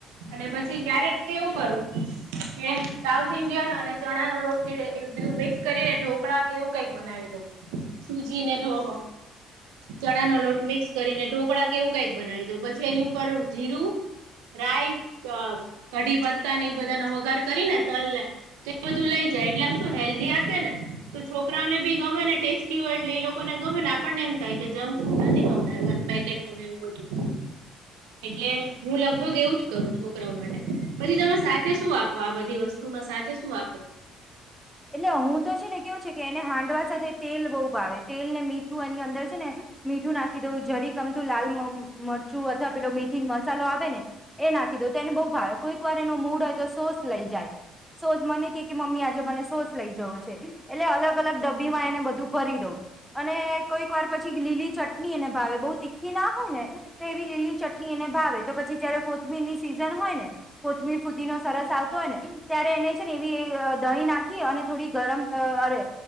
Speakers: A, on the right; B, in the centre.
A: અને પછી ક્યારેક કેવું કરું કે સાઉથ ઇન્ડિયન અને ચણા ન લોટ એ બેવુ મિક્સ કરીને ઢોકળા કે એવું કઈક બનાવી દઉં. સૂજીને ઢો ચણા નો લોટ મિક્સ કરીને ઢોકળા કેવું કઈક બનાવી દઉ, પછી એની ઉપર જીરું રાય, અ કઢીપત્તા ને એ બધાનો વઘાર કરી ને તલ ને બધું લઈ જાય, એટલે મ શું હેલ્ધી આપેને તો છોકરાઓને બી ગમે ને ટેસ્ટ ટી એટ લોકોને ગમે ને આપણને એમ થાય કે જંક્ ફૂડ નથી ગમતા પેકેટને એવું બધું. એટલે હું લગભગ એવું જ કરું. છોકરાઓ માટે પછી તમે સાથે શું આપો? આ બધી વસ્તુ શુંમાં સાથે શું આપો
B: એટલે હું તો છેને, કેવું છે, કે એને હાંડવા સાથે તેલ બહુ ભાવે તેલ ને મીઠું એની અંદર છેને મીઠું નાખી દેવું. જરી ગમતું લાલ મ મરચું અથવા પેલો મેથીનો મસાલો આવેને એ નાખી દો તો એને બહુ ભાવે. કોઈક વાર એનો મૂડ હોય તો સોસ લઈ જાય. સોસ મને કે કે મમ્મી આજે મને સોસ લઈ જવો છે. એટલે અલગ- અલગ ડબ્બી માં એને બધું ભરી દો. અને કોઈક વાર પછી લીલી ચટણી એને ભાવે બવ તીખી ઘી ના હોય ને તો એવી લીલી ચટણી એને ભાવે. તો પછી જયારે કોથમીરની સિઝન હોયને કોથમીર ફુદીનો સરસ આવતો હોયને, ત્યારે એને છે ને એવી દહીં નાખ નાખી અને થોડી ગરમ અરે